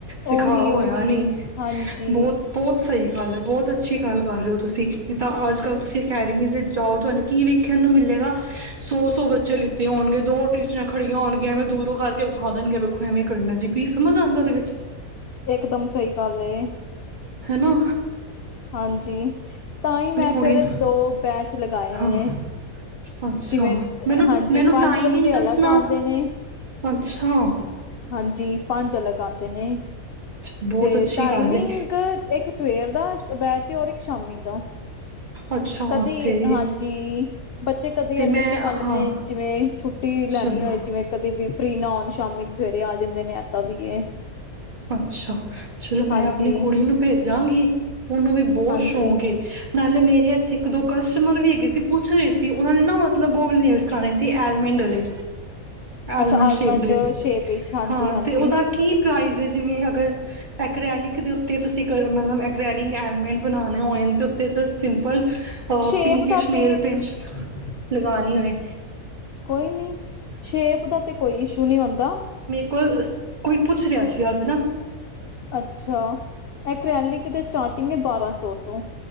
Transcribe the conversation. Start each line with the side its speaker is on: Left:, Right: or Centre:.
Right: ਸਿਖਾ
Left: ਉਹੀ
Right: ਹੋਇਆ
Left: ਉਹੀ
Right: ਨੀ
Left: ਹਾਂਜੀ
Right: ਬਹੁਤ-ਬਹੁਤ ਸਹੀ ਹਾਲੇ ਬਹੁਤ ਅੱਛੀ ਗੱਲ ਕਰ ਰਹੇ ਹੋ ਤੁਸੀਂ, ਨਹੀਂ ਤਾਂ ਅੱਜ ਕੱਲ੍ਹ ਤੁਸੀਂ ਅਕੈਡਮੀ ਵਿੱਚ ਜਾਓ ਤੁਹਾਨੂੰ ਕੀ ਵੇਖਣ ਨੂੰ ਮਿਲੇਗਾ, ਸੌ- ਸੌ ਬੱਚੇ ਲਿੱਤੇ ਹੋਣਗੇ, ਦੋ ਟਿੱਚਰਾਂ ਖੜੀਆਂ ਹੋਣ ਗੀਆਂ, ਐਵੇਂ ਦੂਰੋਂ ਕਰਕੇ ਵਿਖਾ ਦੇਣਗੇ, ਵੇਖੋ ਐਵੇਂ ਕਰਨਾ ਜੀ। ਕੀ ਸਮਝ ਆਉਂਦਾ ਉਹਦੇ ਵਿੱਚ?
Left: ਇਕਦਮ ਸਹੀ ਗੱਲ ਏ।
Right: ਹੈਨਾ।
Left: ਹਾਂਜੀ ਤਾਂ ਹੀ, ਮੈਂ
Right: ਕੁੜੀ
Left: ਫਿਰ
Right: ਨੂੰ
Left: ਦੋ ਬੈਚ ਲਗਾਏ ਨੇ,
Right: ਹਾਂ ਅੱਛਾ
Left: ਜਿਵੇਂ
Right: ਮੈਨੂੰ
Left: ਹਾਂਜੀ,
Right: ਮੈਨੂੰ
Left: ਪੰਜ
Right: ਟਾਈਮਿੰਗ
Left: ਬੱਚੇ
Right: ਦੱਸਣਾ
Left: ਅਲੱਗ ਆਉਂਦੇ ਨੇ
Right: ਅੱਛਾ
Left: ।ਹਾਂਜੀ। ਪੰਜ ਅਲਗ ਆਂਦੇ ਨੇ।
Right: ਬਹੁਤ
Left: ਤੇ
Right: ਅੱਛੀ
Left: ਟਾਈਮਿੰਗ,
Right: ਗੱਲ ਹੈ
Left: ਇੱਕ ਸਵੇਰ ਦਾ ਰ ਇੱਕ ਸ਼ਾਮੀ ਤੋਂ
Right: ਅੱਛਾ
Left: ਕਦੇ
Right: ਤੇ
Left: ਹਾਂਜੀ ਬੱਚੇ ਕਦੇ
Right: ਤੇ
Left: ਐਡਜਸਟ
Right: ਮੈਂ
Left: ਕਰ ਲੈਂਦੇ
Right: ਹਾਂ
Left: ਨੇ ਜਿਵੇਂ ਛੁੱ ਰਟੀ
Right: ਚਲੋ
Left: ਲੈਣੀ ਹੋਏ ਜਿਵੇਂ, ਕਦੇ ਵੀ ਫ੍ਰੀ ਨਾ ਆਉਣ ਸ਼ਾਮੀ ਸਵੇਰੇ ਆ ਜਿੰਦੇ ਨੇ ਆਤਾ ਵੀ ਇਹ
Right: ਅੱਛਾ ਚਲੋ, ਮੈਂ
Left: ਹਾਂਜੀ
Right: ਆਪਣੀ ਕੁੜੀ ਨੂੰ ਭੇਜਾਂਗੀ। ਮੁ ਵੀ ਬਹੁਤ
Left: ਹਾਂਜੀ
Right: ਸ਼ੌਕ ਏ। ਨਾਲੇ ਮੇਰੇ ਏਥੇ ਇੱਕ, ਦੋ ਕਸਟਮਰ ਵੀ ਹੈਗੇ ਸੀ, ਪੁੱਛ ਰਹੇ ਸੀ, ਉਹਨਾਂ ਨੇ ਨਾ ਮਤਲਬ ਬਬਸ ਕਰਾਣੇ ਸੀ ਐਲਮਿੰਡ ਵਾਲੇ ਆਲਮੰਡ
Left: ਅੱਛਾ
Right: ਸ਼ੇਵ ਦੇ
Left: ਸ਼ੇਪ ਵਿੱਚ ਹਾਂਜੀ
Right: ਹਾਂ
Left: ਹਾਂਜੀ
Right: ਤੇ, ਉਹਦਾ ਕੀ ਪ੍ਰਾਈਜ਼? ਜਿਵੇਂ, ਅਗਰ ਐਕ੍ਰੈਲਿਕ ਦੇ ਉੱਤੇ ਤੁਸੀਂ ਕ ਮਤਲਬ ਐਕ੍ਰੈਲਿਕ ਐਲੀਮੈਂਟ ਬਣਾਉਣੇ ਹੋਏ ਹਨ ਅਤੇ ਉੱਤੇ ਸਿੰਪਲ ਅ
Left: ਸ਼ੇਪ
Right: ਪਿੰਕੀਸ਼
Left: ਦਾ
Right: ਨੇਲ
Left: ਤੇ
Right: ਪੇੰਟ ਲਗਾਾਨੀ ਹੋਏ।
Left: ਕੋਈ ਨੀ। ਸ਼ੇਪ ਦਾ ਤੇ, ਕੋਈ ਇਸ਼ੂ ਨਹੀਂ ਹੁੰਦਾ।
Right: ਕੋ ਕੋਈ ਪੁੱਛ ਰਿਹਾ ਸੀ ।ਅੱਜ ਨਾ
Left: ਅੱਛਾ ਐਕ੍ਰੈਲਿਕ ਦੇ ਸਟਾਰਟਿੰਗ ਹੈ ਬਾਰ੍ਹਾਂ ਸੌ ਤੋਂ